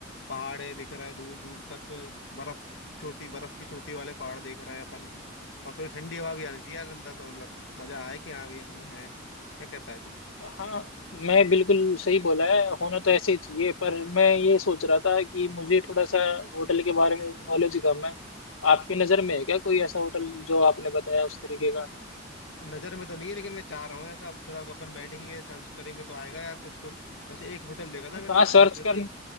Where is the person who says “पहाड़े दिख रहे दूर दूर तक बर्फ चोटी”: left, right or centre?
Left